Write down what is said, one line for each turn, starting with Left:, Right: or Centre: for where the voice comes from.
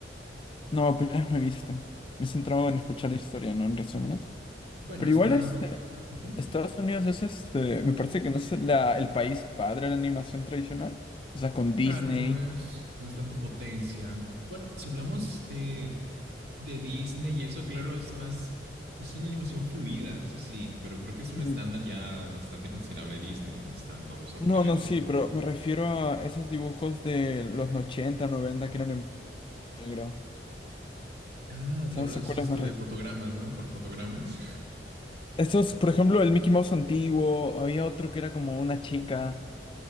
Left: No, peleas no he visto. Me he centrado en escuchar la historia, no en resúmenes.
Right: bueno,
Left: Pero
Right: está,
Left: igual este...
Right: ujú,
Left: Estados Unidos es este... Me parece que no es la- el país padre de la animación tradicional. O sea, con Disney.
Right: claro, no es, no es tanto potencia. Bueno, si hablamos eh, de Disney y eso, claro, es más, es una animación fluida, eso sí, pero creo que es un
Left: mm,
Right: estándar ya bastante considerable de Disney, no es tanto sorprendente
Left: No, no, sí,
Right: porque,
Left: pero me refiero a esos dibujos de los 80, 90 que eran en negro.
Right: ah,
Left: ¿Sabes
Right: tú hablas
Left: a cuáles
Right: esto
Left: me refiero?
Right: de fotogramas, ¿no? Por fotogramas.
Left: Estos, por ejemplo, el Mickey Mouse antiguo, había otro que era como
Right: <laughs>
Left: una chica.